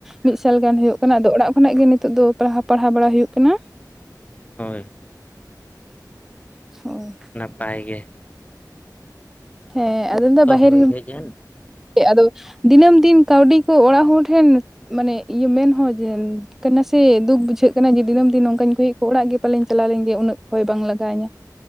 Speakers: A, in the centre; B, on the left.
A: ᱢᱤᱫ ᱥᱟᱞ ᱜᱟᱱ ᱦᱩᱭᱩᱜ ᱠᱟᱱᱟ ᱟᱫᱚ ᱚᱲᱟᱜ ᱠᱷᱚᱱᱟᱜ ᱜᱮ ᱱᱤᱛᱚᱜ ᱫᱚ ᱯᱟᱲᱦᱟᱣ ᱯᱟᱲᱦᱟᱣ ᱵᱟᱲᱟ ᱦᱩᱭᱩᱜ ᱠᱟᱱᱟ᱾
B: ᱦᱳᱭ,
A: ᱦᱳᱭ᱾
B: ᱱᱟᱯᱟᱭ ᱜᱮ᱾
A: ᱦᱮᱸ ᱟᱫᱚᱧ ᱞᱟᱹᱭ ᱫᱟ
B: ᱛᱚ
A: ᱵᱟᱦᱤᱨ
B: ᱦᱳᱭ ᱦᱮᱡ ᱮᱱ
A: ᱟᱫᱚ ᱫᱤᱱᱟᱹᱢ ᱫᱤᱱ ᱠᱟᱹᱣᱰᱤ ᱠᱚ ᱚᱲᱟᱜ ᱦᱚᱲ ᱴᱷᱮᱱ ᱢᱟᱱᱮ ᱤᱭᱟᱹ ᱢᱮᱱᱦᱚ ᱡᱮ ᱠᱟᱱᱟ ᱥᱮ ᱫᱩᱠ ᱵᱩᱡᱷᱟᱹᱜ ᱡᱮ ᱫᱤᱱᱟᱹᱢ ᱫᱤᱱ ᱱᱚᱝᱠᱟᱧ ᱠᱷᱩᱭᱮᱜ ᱠᱚ, ᱚᱲᱟᱜ ᱜᱮ ᱯᱟᱞᱮᱧ ᱪᱟᱞᱟᱣ ᱞᱮᱱ ᱜᱮ ᱩᱱᱟᱹᱜ ᱠᱷᱚᱭ ᱵᱟᱝ ᱞᱟᱜᱟᱣ ᱤᱧᱟᱹ᱾